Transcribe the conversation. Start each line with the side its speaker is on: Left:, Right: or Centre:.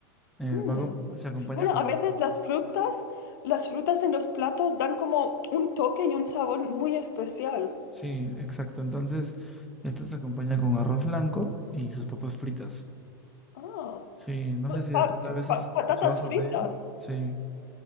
Centre: Eh,
Left: Mm.
Centre: va con- se acompaña
Left: Bueno,
Centre: con...
Left: a veces las frutas, las frutas en los platos dan como un toque y un sabor muy especial.
Centre: Sí, exacto. Entonces, esto se acompaña con arroz blanco y sus papas fritas.
Left: Ah,
Centre: Sí, no
Left: pa-
Centre: sé si alguna vez
Left: pa-
Centre: has
Left: patatas
Centre: escuchado sobre
Left: fritas.
Centre: ello. Sí.